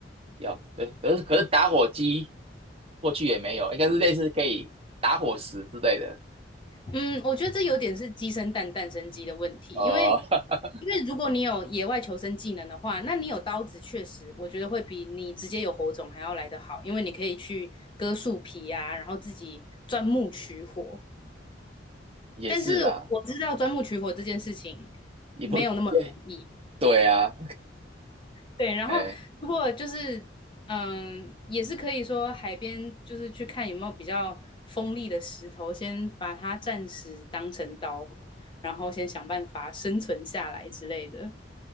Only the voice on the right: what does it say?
要，对，可是可是打火机过去也没有，应该是类似可以打火石之类的，
呃，
<laughs>
也是啊，也不对，
对啊，
哎，